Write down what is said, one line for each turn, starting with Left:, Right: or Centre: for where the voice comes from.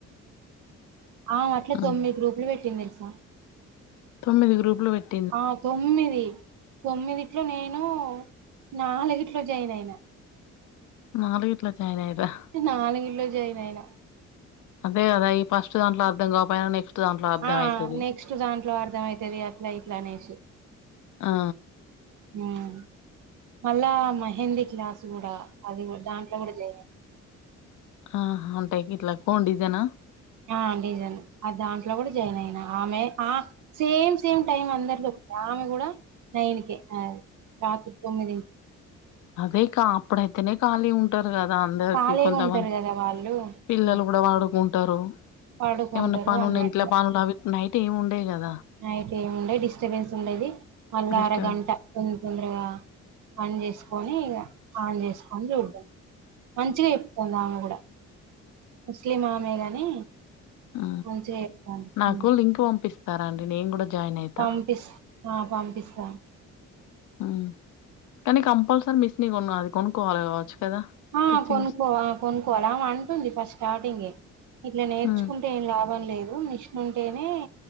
Right: ఆ ఆమె అట్ల
Left: ఉమ్
Right: తొమ్మిది గ్రూపులు పెట్టింది తెలుసా
Left: తొమ్మిది గ్రూపులు పెట్
Right: ఆ తొమ్మిది తొమ్మిదిట్లో నేను నాలుగిట్లో జాయిన్ అయినా
Left: నాలుగిట్ల జాయిన్ అయ్యిర్రా
Right: నాలు గిట్లో జయిన్ అయిన
Left: అదే కదా ఈ ఫస్ట్ దాంట్లో అర్థ కాకపోయినా నెక్స్ట్ దాంట్లో అర్థం
Right: ఆ
Left: అయితది
Right: నెక్స్ట్ దాంట్లో అర్థం అయితది అట్లా ఇట్లా అనేసి
Left: ఆ
Right: ఉమ్ మళ్ళా మెహెందీ క్లాస్ కూడా అది కూడా దాంట్లో కూడా జయిన్
Left: ఆ ఉంటాయి ఇట్లా కోన్ డిజైనా
Right: ఆ డిజన్ దాంట్లో కూడా జాయిన్ అయిన ఆమె ఆ సేమ్ సేమ్ టైమ్ అందరిలో ఒక ఆమె కూడా నైన్కే రాత్రి తొమ్మిది
Left: అదే కా అప్పుడ అయితేనే ఖాళీ ఉంటారు కదా అందరికి
Right: ఖాళీగా
Left: కొంతమంది
Right: ఉంటారు కదా వాళ్ళు
Left: పిల్లలు
Right: ఉమ్,
Left: కూడా పడుకుంటారు
Right: పడుకుంటారు
Left: ఏమన్నా పనున్న
Right: అన్నట్టుగా
Left: ఇంట్లో పనులు అవి నైట్ ఏమి ఉండయి కదా
Right: నైట్ ఏమిండేదు డిస్టర్బెన్స్ ఉండది మళ్ళ
Left: డిస్టర్బెన్స్
Right: అరగంట తోన్ తొందరగా పన్ చేసుకొని ఇగ ఆన్ చేసుకొని చూద్దాం మంచిగా చెప్తుంది ఆమె కూడా ముస్లిం ఆమెగాని
Left: ఆ,
Right: మంచిగా చెప్తాంది
Left: నాకు
Right: ఉమ్
Left: లింక్ పంపిస్ స్తారా అండి నేను కూడా జాయిన్ అయితా
Right: పంపిస్ ఆ పంపిస్తా
Left: ఆ కానీ కంపల్సరీ మిస్ని కొన్న అది కొనుక్కోవాలి కావచ్చు కదా
Right: ఆ
Left: స్టిచ్చింగ్
Right: కొనుక్కో
Left: మిస్
Right: ఆ కొనుక్కోవాలి ఆమె అంటుంది ఫస్ట్ స్టార్టింగే ఇట్లా నేర్చుకుంటే
Left: ఉమ్.
Right: ఏం లాభం లేదు ఉంటేనే